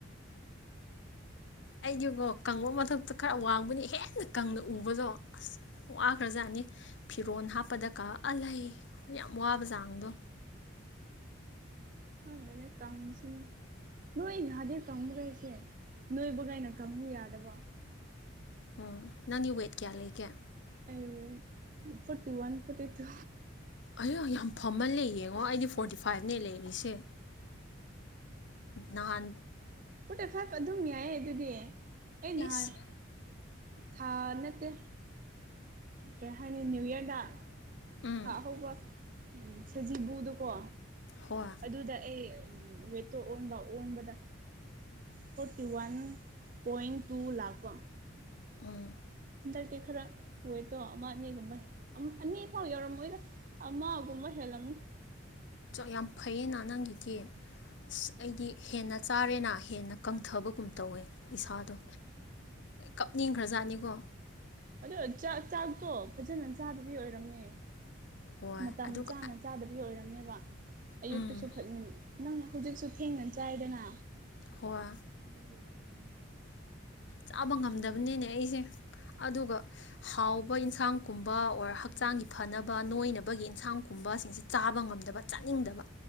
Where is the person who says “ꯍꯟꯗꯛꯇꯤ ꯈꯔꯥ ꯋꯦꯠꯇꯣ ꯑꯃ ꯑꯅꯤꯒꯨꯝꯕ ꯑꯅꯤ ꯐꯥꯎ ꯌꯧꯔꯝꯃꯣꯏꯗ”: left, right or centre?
Right